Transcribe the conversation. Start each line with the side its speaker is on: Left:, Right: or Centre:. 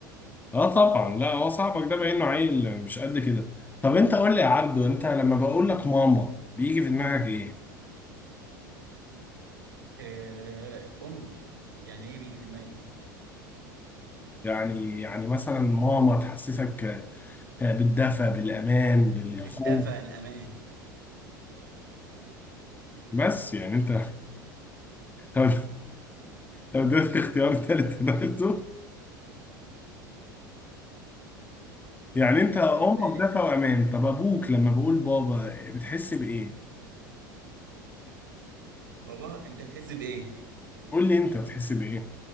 Left: اه طبعا لا هو صاحبك ده باين له عيل مش قد كده طب انت قول لي يا عبدو انت لما بقول لك ماما بيجي في دماغك ايه
Right: آه، أمي يعني إيه بيجي في دماغي إيه
Left: يعني يعني مثلا ماما تحسسك آه، بالدفى بالأمان بالخوف
Right: الدفى الأمان
Left: بس يعني أنت <laughs> لو لو اديتك اختيار تالت هتاخده يعني أنت
Right: اختيار
Left: أمك
Right: تالت
Left: دفى وأمان طب أبوك لما بقول بابا بتحس بإيه؟
Right: بابا أنت بتحس بإيه؟
Left: قول لي أنت بتحس بإيه؟